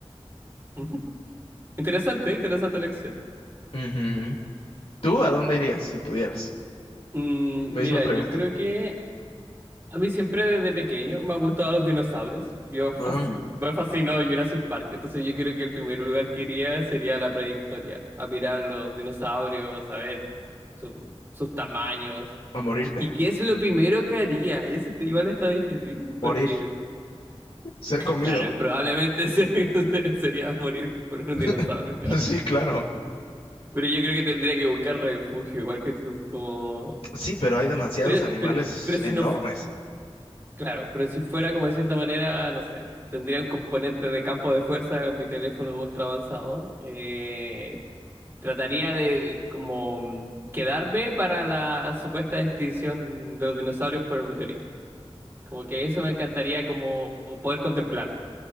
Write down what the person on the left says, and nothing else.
<laughs> Ujú. ¿Tú a dónde irías si pudieras?
Misma
pregunta.
Ah,
a morirte,
morir,
ser
comido.
<laughs>
Sí, claro.
Sí, pero hay demasiados
animales
enormes.